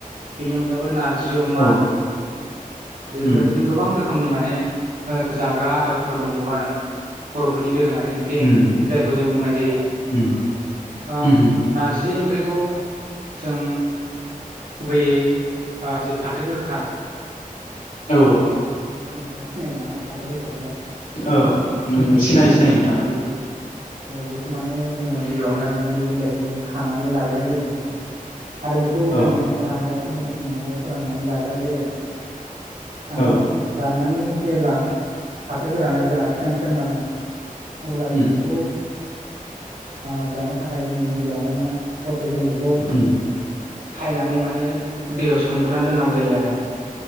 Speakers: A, on the right (about 80°); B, on the left (about 75°).
A: बेनि अनगायैबो नारजि जि अमा
B: औ
A: बेफोरबायदिनो
B: उम
A: गोबां रोखो रोखोमनि माने ओ जाग्रा आदारबो दंबावो आरो माने बर'फोरनि दोरोङोआ रि ओंख्रि
B: उम
A: जायखौ जों बुंनाय जायो
B: उम उम
A: नारजि ओं ख्रिखौ जों गुबैयै जि फाथो गोखा
B: औ।
A: नोंथांङा सिनायोना औ फाथो गोखाखौ?
B: औ नोंगो सिनायो सिनायो नोंथां।
A: औ बे औ बेखौ माने जोङो गिबियावनो बिनि बिलाइखौ जों खानानै लाग्रोनाय जायो आरो बेखौ
B: औ
A: जों माने रानजासे जों स न'आव फोराननानै लागाय जायो आरो हाननानै
B: औ
A: राननानै जेब्ला फाथो गोराना जेब्ला सेम सेम रानो अब्ला
B: उम
A: जों बेखौ ओ जानो थाखाय जोङो गिबियावनो हर जों बेखौ
B: उम
A: सायनानै माने दैयाव सोमग्रोना दोननांगौ जायो आरो